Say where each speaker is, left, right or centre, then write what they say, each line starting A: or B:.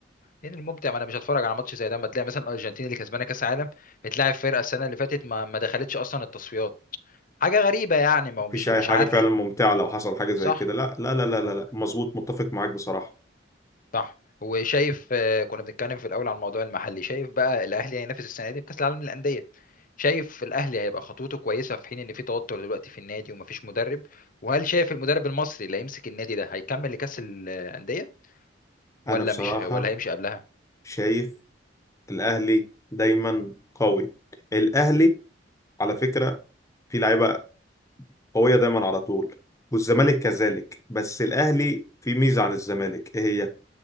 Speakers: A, on the left; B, on the left.
A: لان الممتع ما انا مش هتفرج على ماتش زي ده اما تلاقي مثلا الارجنتين اللي كسبانه كاس العالم بتلاعب فرقه السنه اللي فاتت ما, ما دخلتش اصلا التصفيات حاجه غريبه يعني ما
B: مفيش
A: هو مش
B: اي
A: مش
B: حاجة
A: عدل
B: فعلا ممتعة لو حصل حاجة زي
A: صح
B: كده لا لا لا لا لا لا. مظبوط متفق معاك بصراحة
A: صح وشايف آه، كنا بنتكلم في الاول على الموضوع المحلي شايف بقى الاهلي هينافس السنه دي في كاس العالم للانديه شايف الاهلي هيبقى خطوته كويسه في حين ان في توتر دلوقتي في النادي ومفيش مدرب وهل شايف المدرب المصري اللي هيمسك النادي ده هيكمل لكاس الانديه ولا
B: انا بصراحة
A: مش ولا هيمشي قبلها
B: شايف الاهلي دايما قوي الاهلي على فكره في لعيبه قويه دايما على طول والزمالك كذلك بس الاهلي في ميزه عن الزمالك ايه هي